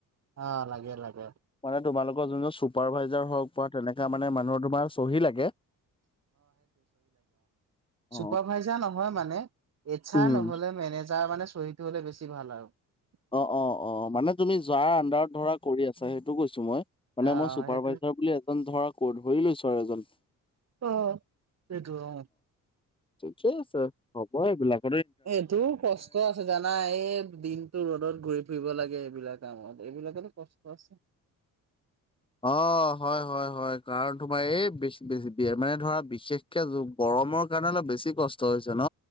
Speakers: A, on the right; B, on the left.
A: অ লাগে লাগে
B: মানে তোমালোকৰ যোন চুপাৰ ভাইজাৰ হওক বা তেনেকা মানে মানুহৰ তোমাৰ চহী লাগে অ অ।
A: চুপাৰ ভাইজাৰ নহয় মানে এইচ
B: উম।
A: আৰ নহলে মেনেজাৰ মানে চহিটো হলে বেছি ভাল আৰু <unintelligible>
B: অ অ অ মানে তুমি যাৰ আণ্ডাৰত ধৰা কৰি আছা সেইটো কৈছো মই <unintelligible> মানে
A: আহ
B: মই চুপাৰ
A: সেইটো
B: ভাইজাৰ বুলি এজন ধৰা কোড ধৰি লৈছো আৰু এজন
A: অ সেটো অ
B: ঠিকেই আছে হ'ব এইবিলাক
A: এইটোও কষ্ট আছে জানা এই দিনতটো ৰ'দত ঘূৰি ফুৰিব লাগে এইবিলাক দামত এইবিলাকো কষ্ট আছে
B: অ হয় হয় হয় কাৰণ তোমাৰ এই বেছি বেছি মানে ধৰা বিশেষকে জ গৰমৰ কাৰণে অলপ বেছি কষ্ট ন?